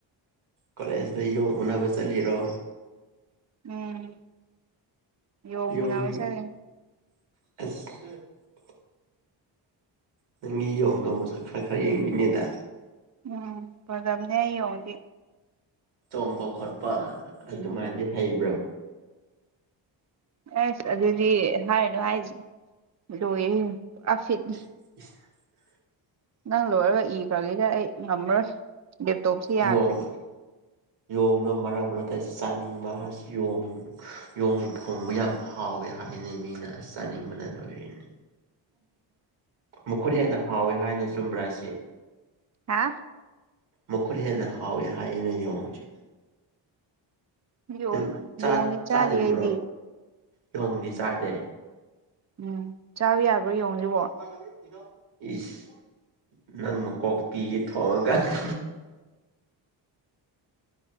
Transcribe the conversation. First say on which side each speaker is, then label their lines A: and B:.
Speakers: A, on the right; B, on the right.
A: ꯀꯣꯂꯦꯖꯇ ꯌꯣꯡ ꯎꯅꯕ ꯆꯠꯂꯤꯔꯣ꯫
B: ꯎꯝ ꯌꫭꯡ
A: ꯌꯣꯡ
B: ꯎꯅꯕ ꯆꯠꯂꯤꯅꯤ꯫
A: <unintelligible> ꯅꯪꯒꯤ ꯌꯣꯡꯗꯣ ꯃꯁꯛ ꯈꯔ ꯈꯔ ꯌꯦꯡꯅꯤꯡꯉꯦꯗ꯫
B: ꯎꯝ ꯐꯖꯕꯅꯦ ꯑꯩ ꯌꯦꯡꯗꯤ꯫
A: ꯆꯣꯡꯕ ꯈꯣꯠꯄ ꯑꯗꯨ ꯃꯥꯗꯤ ꯍꯩꯕ꯭ꯔ꯫
B: ꯑꯁ ꯑꯗꯨꯗꯤ ꯍꯥꯏꯔꯅꯨ ꯍꯥꯏꯁꯤꯅꯤ ꯂꯣꯏꯔꯦ ꯄꯨꯔꯥ ꯐꯤꯠꯅꯤ꯫
A: <inaudible>
B: ꯅꯪ ꯂꯣꯏꯔꯒ ꯏꯈ꯭ꯔꯒꯦꯗꯤ ꯑꯩ ꯉꯝꯃꯔꯣꯏ꯫ ꯂꯦꯞꯇꯣꯞꯁꯤ ꯌꯥꯗ꯭ꯔꯦ
A: ꯌꫭꯡ꯫ ꯌꯣꯡꯗꫭ ꯃꯔꯛ ꯃꯔꯛꯇꯁꯨ ꯆꯥꯅꯤꯡꯕ ꯌꫭꯡ ꯌꯣꯡ ꯊꯣꯡꯕ ꯌꯥꯝ ꯍꯥꯎꯋꯤ ꯍꯥꯏꯅ ꯃꯤꯅ ꯆꯥꯅꯤꯡꯕꯅ ꯂꫭꯏꯔꯦꯅꯦ ꯃꯈꯨꯠ ꯍꯦꯟꯅ ꯍꯥꯎꯋꯦ ꯍꯥꯏꯅ ꯆꯨꯝꯕ꯭ꯔꯥ ꯑꯁꯤ꯫
B: ꯍꯥ꯫
A: ꯃꯈꯨꯠ ꯍꯦꯟꯅ ꯍꯥꯎꯋꯦ ꯍꯥꯏꯑꯦꯅ ꯌꯦꯡꯁꯦ꯫
B: ꯌꯣꯡ
A: ꯅꯪ ꯆꯥꯠ
B: ꯌꯣꯡꯗꯤ
A: ꯆꯥꯗ꯭ꯔꯤꯕ꯭ꯔꯣ
B: ꯆꯥꯗꯦ ꯑꯩꯗꯤ
A: ꯌꯣꯡꯗꯤ ꯆꯥꯗꯦ꯫
B: ꯎꯝ ꯆꯥꯕ ꯌꯥꯕ꯭ꯔꯣ ꯌꯣꯡꯁꯤꯕꯣ꯫
A: <inaudible> ꯏꯁ ꯅꯪ ꯃꯀꯣꯛꯄꯤꯒꯦ ꯊꯣꯡꯉꯒ